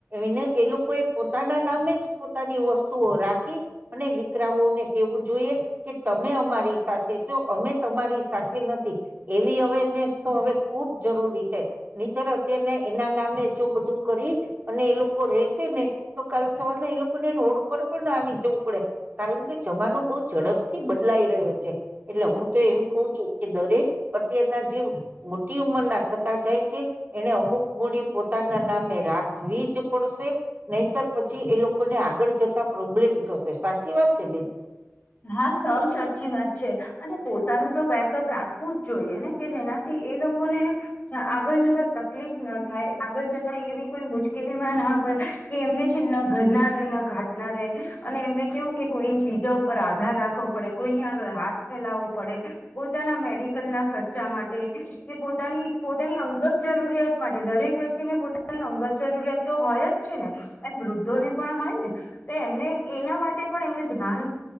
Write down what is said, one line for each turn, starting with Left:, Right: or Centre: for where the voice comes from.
Right: એને એ લોકો એ પોતાના નામે જ પોતાની વસ્તુઓ રાખી અને દીકરાઓને કેવું જોઈએ કે તમે અમારી સાથે છો અમે તમારી સાથે નથી એવી અવેરનેસ તો હવે ખુબ જરૂરી છે અ્યારે અત્યને એના નામે જો બધું કરી અને એ લોકો રશે ને તો કાલ સવારના એ લોકોને રોડ પર પણ આવી જવું પડે કારણ કે જમાનો બહુ ઝડપ થી બદલાઈ રહ્યો છે એટલે હું તો એમ કું છું કે દરેક અત્યારના જે મોટી ઉંમરના થતા જાય છે એને અમુક મૂડી પોતાના નામે રાખવી જ પડશે નહીતર પછી એ લોકોને આગળ તા પ્રોબ્લેમ થશે સાચી વાત છેને બે
Left: હા સૌ સાચી વાત છે અને પોતાનું તો બેકઅપ રાખવું જ જોઈએ ને કે જેનાથી એ લોકોને આગળ જતા તકલીફ ના થાય આગળ જતા એવી કોઈ મુશ્કેલીમાં ના પડ કે એમને છે ના ઘરના રાટ રહે અને એમને કેવું કે કોઈ બીજા ઉપર આધાર રાખવો પડે કોઈની આગળ હાથ ફેલાવવો પડે પોતાના મેડિકલના ખર્ચા માટે કે પોતાની પોતાની અંગત જરૂરિયાત માટે દરેક વ્યક્તિને પોતાની અંગત જરૂરિયાત તો હોય જ છે ને એમ વૃદ્ધોને પણ હોય ને તો એમને એના માટે પણ એમને ધ્યાન